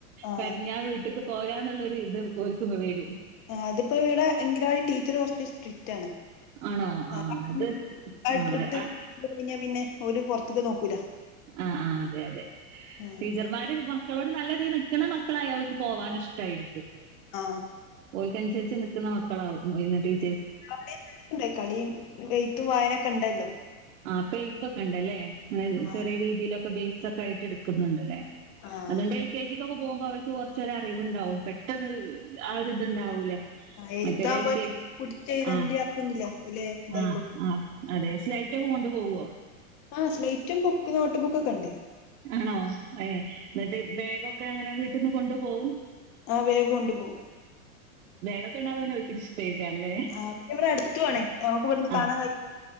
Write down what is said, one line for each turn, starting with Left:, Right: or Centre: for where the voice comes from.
Left: ആഹ്
Right: കരഞ്ഞാ വീട്ടക്ക് പോരാന്നുള്ളരു ഇത് ഓല്ക് വരും
Left: ആ അതിപ്പോ ഇവിടെ അംഗലവാടി ടീച്ചർ കുറച്ച് സ്ട്രിക്റ്റ് ആണ്
Right: ആണോ
Left: <unintelligible>
Right: ആ അത് ആ
Left: ഇട്ട്
Right: ആ
Left: കഴിഞ്ഞാ പിന്നെ ഒരു പുറത്തക്ക് നോക്കൂല
Right: ആ ആ അതെ അതെ
Left: ആഹ്
Right: ടീച്ചർമാര് മ മക്കളോട് നല്ല രീതിൽ നിക്ക്ണ മക്കളായ ഓല്ക് പോവാൻ ഇഷ്ടയിരിക്കും
Left: ആ
Right: നുസരിച്ച് നിക്കുന്ന മക്കളാവും <unintelligible>
Left: അവിടെണ്ട കളിയും വെയത്തും വായനൊക്കെ ഇണ്ടല്ലോ
Right: ആ പെയ്ത്തൊക്കെ ഉണ്ടല്ലേ അങ്ങനെ
Left: ആഹ്
Right: ചെറിയ രീതിയിലൊക്കെ ബെയ്സ് ഒക്കെ ആയിട്ട് എടുക്കുന്നുണ്ട്ല്ലേ
Left: ആഹ്
Right: അതുകൊണ്ട് എൽ കെ ജിക്ക്ൊക്കെ പോകുമ്പോ അവർക്ക് കുറച്ചരെ അറിവുണ്ടാവും പെട്ടെന്ന് ആ രിതുണ്ടാവൂല
Left: എഴുത്താവുമ്പോ
Right: മറ്റേതലക്ക്
Left: പുടിച്ച് എഴുതേണ്ട
Right: ആ
Left: ആവശ്യൊന്നുല്ല ഓല് ഇതായിക്കോളും
Right: ആഹ് ആ അതെ സ്ലൈറ്റ് ഒക്കെ കൊണ്ടു പോവോ
Left: ആ് സ്ലൈറ്റും ബുക്ക് നോട്ട് ബുക്ക്ൊക്കെ ഉണ്ട്
Right: ആണോ ഏയ് എന്നിട്ട് ബാഗൊക്കെ അങ്ങനെ വീട്ടിൽന്ന് കൊണ്ടു പോവും
Left: ആ വേഗ് കൊണ്ട് പോ
Right: <unintelligible> <unintelligible> ല്ലേ
Left: ആഹ് പിന്നെ ഇവിടെ അടുത്തു ആണ് നമുക്ക് ഇവിടുന്ന്
Right: ആ
Left: കാണാൻ കഴിയും